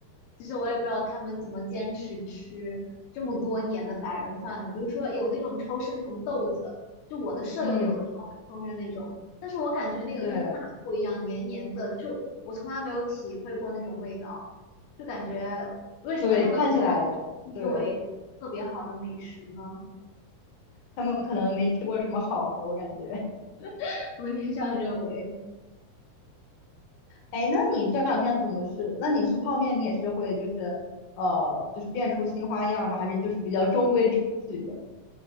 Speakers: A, on the left; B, on the left.
A: 其实我也不知道他们怎么坚持吃这么多年的白人饭的。比如说有那种超市那种豆子，就我的舍友有的时候会烹饪那种，
B: 嗯，
A: 但是我感觉那个跟纳豆一样黏黏的，
B: 对，
A: 就我从来没有体会过那种味道，就感觉为什么他们把这个称之为特别好的美食呢？
B: 对，看起来，对，他们可能没吃过什么好的，我感觉。
A: <laughs> 我也是这样认为。
B: 哎，那你这两天怎么吃？那你吃泡面，你也是会就是呃，就是变出新花样吗？还是就是比较中规中矩的？